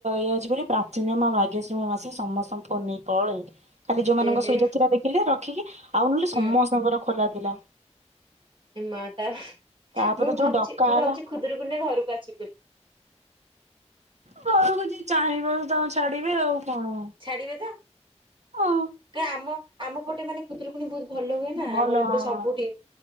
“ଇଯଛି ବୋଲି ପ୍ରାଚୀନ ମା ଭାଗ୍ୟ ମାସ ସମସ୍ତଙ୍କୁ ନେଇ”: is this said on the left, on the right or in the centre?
Right